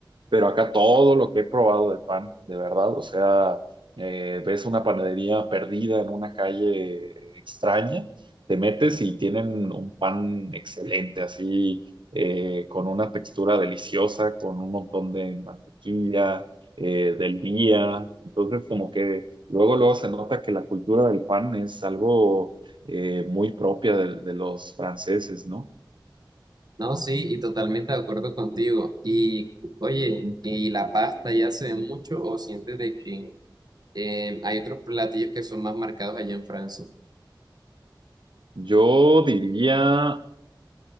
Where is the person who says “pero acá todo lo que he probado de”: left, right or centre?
Right